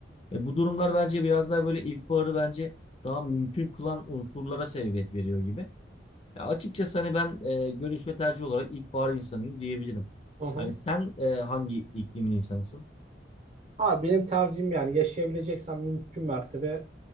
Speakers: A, on the left; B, on the right.
A: Ve bu durumlar bence biraz daha böyle ilkbaharı bence daha mümkün kılan unsurlara sebebiyet veriyor gibi. Ya açıkçası hani ben e, görüş ve tercih olarak ilkbahar insanıyım diyebilirim.
B: Hı hı.
A: Hani sen e, hangi iklimin insanısın?
B: Abi benim tercihim yani yaşayabileceksem mümkün mertebe